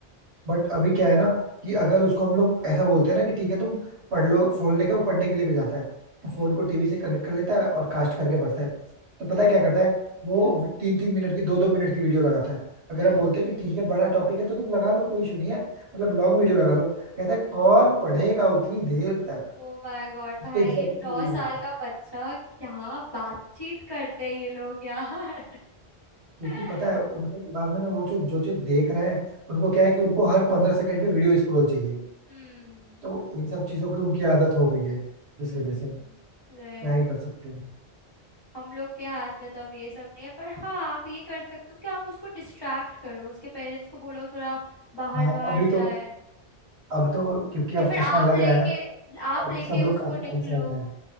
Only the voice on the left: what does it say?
हम्म
हम्म
<laughs>
हम्म।
ओ माय गॉड
भाई
ये नौ
साल
का बच्चा क्या बातचीत करते हैं ये लोग यार
<laughs>
हम्म
हम्म
राइट
हम लोग के हाथ में तो अब ये सब नहीं है पर हाँ आप ये कर सकते हो कि आप उसको डिस्ट्रैक्ट करो उसके पेरेंट्स को बोलो थोड़ा बाहर
बाहर
जाए
या फिर
आप
लेके
आप
लेके
उसको
निकलो